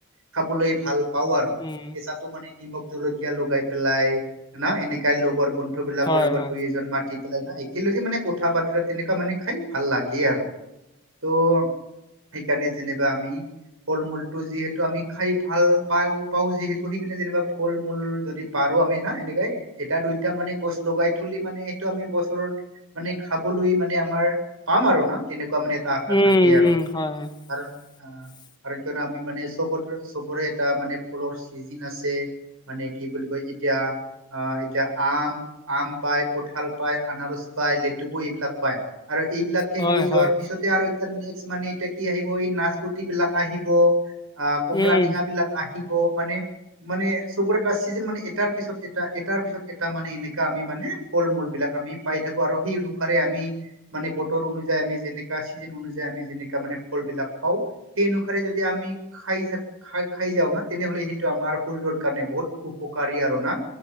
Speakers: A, on the right; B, on the left.
A: খাবলৈ ভাল। পাও আৰু
B: উম
A: কেঁচাটো মানে নিমখ জলকীয়া লগাই পেলাই হয়ন এনেকাই লগৰ বন্ধু মানুহবিলাকৰ
B: হয়
A: লগত
B: হয়
A: দুই এজন মাতি পেলাই না একেলগে মানে কথা বাতৰা তেনেকুৱা মানে খাই ভাল লাগেই আৰু। ত', সেইকাৰণে যেনিবা আমি ফল-মূলটো যিহেতু আমি খাই ভাল পাওঁ পাওঁ যিহেতু সেইকাৰণে যেনিবা ফল-মূল যদি পাৰো আমি না এনেকাই এটা দুইটা মানে গছ লগাই পুলি মানে সেইটো আমি বছৰত মানে খাবলৈ মানে আমাৰ পাম আৰু না তেনেকুৱা ক মানে এটা আশা
B: উম
A: থাকেই আৰু
B: উম হয়
A: কাৰণ
B: <inaudible>
A: আহ কাৰণ কিয়নো আমি মানে চব চবৰে এটা মানে ফলৰ চিজন আছে মানে কি বুলি কয়? এতিয়া অ এতিয়া আম, আম পায় কঁঠাল পায় আনাৰস পায় লেটুকু এইবিলাক পায় আৰু এইবিলাকে
B: হয়
A: শেষ যোৱাৰ
B: হয়
A: পিছতে আৰু এয়া নেক্স মানে এতিয়া কি আহিব এই নাচপতিবিলাক আহিব আহ কমলাটেঙাবিলাক
B: উম
A: আহি দিব মানে, মানে চবৰে <unintelligible> চিজন মানে এটাৰ পিছত এ এটাৰ পিছত এটা মানে এনেকা আমি মানে ফল মূল বিলাক আমি পাই থাকো আৰু সেই অনুসাৰে আমি মানে বতৰ অনুযায়ী আমি যেনেকা চিজন অনুযা <unintelligible> আমি জেনেকা‌ মানে‌ ফল বিলাক পাও সেই অনোখাৰে যেতিয়া আমি খাই থাকো খাই‌ যাওঁ না তেনেহলে সেইটো আমাৰ শৰীৰৰ কাৰণে বহুত উপকাৰী আৰু না